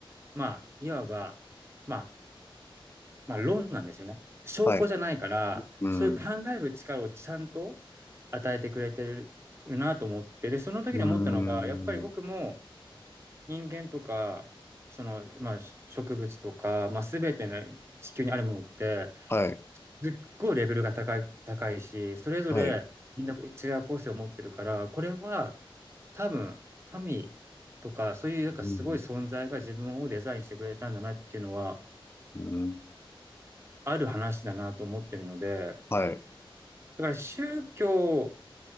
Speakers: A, on the right; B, on the left.
A: まあ、いわば、まあ、まあ、論なんですよね。証拠じゃないから、
B: はい。うん。
A: そういう考える力をちゃんと
B: う
A: 与えてくれてるなと思って、で、その時に思ったのが、
B: ーん。
A: やっぱり僕も人間とか、その、まあ、植物とか、まあ、全ての地球にあるものって、
B: はい。
A: すっごいレベルが高い、高いし、それぞれみんな違う個性を持ってるから、
B: はい。
A: これは多分、神とか、そういうなんかすごい存在が自分をデザインしてくれたんだなっていうのは、
B: うん。うん。
A: ある話だなと思ってるので、
B: はい。
A: だから宗教